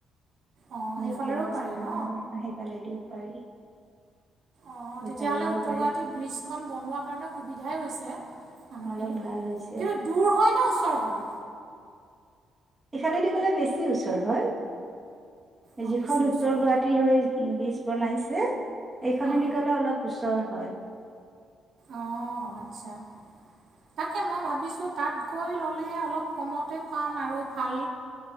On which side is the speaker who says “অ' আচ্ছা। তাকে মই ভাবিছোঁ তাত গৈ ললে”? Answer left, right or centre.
Right